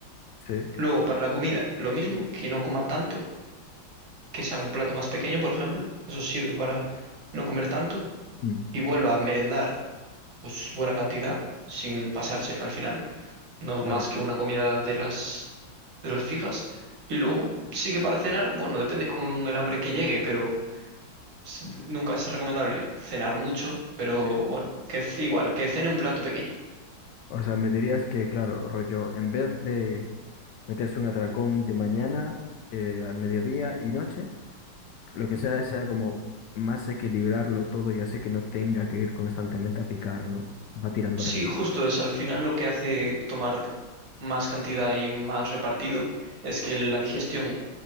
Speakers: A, on the left (about 70°); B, on the right (about 85°).
A: sí,
B: Luego para la comida, lo mismo, que no coma tanto, que sea un plato más pequeño, por ejemplo, eso sirve para no comer tanto
A: mm,
B: y vuelva a merendar pues buena cantidad sin pasarse al final. no
A: claro.
B: más que una comida de las, de las fijas. Y luego sí que para cenar, bueno, depende con el hambre que llegue, pero s- nunca es recomendable cenar mucho, pero
A: Sí.
B: bueno, que c- igual, que cene un plato pequeño.
A: O sea, me dirías que, claro, rollo, en vez de meterse un atracón de mañana, eh, al mediodía y noche, Lo que sea, sea como más equilibrarlo todo y así que no tenga que ir constantemente a picar, ¿no? Va tirando
B: Sí,
A: hacia ahí.
B: justo eso, al final lo que hace tomar más cantidad y más repartido es que la digestión